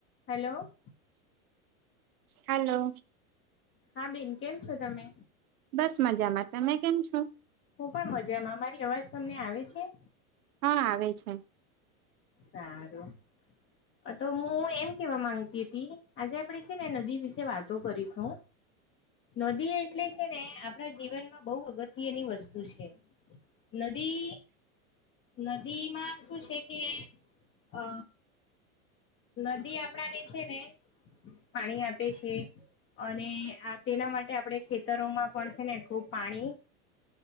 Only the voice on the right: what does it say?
હલો.
બસ મજામાં, તમે કેમ છો.
હા આવે છે.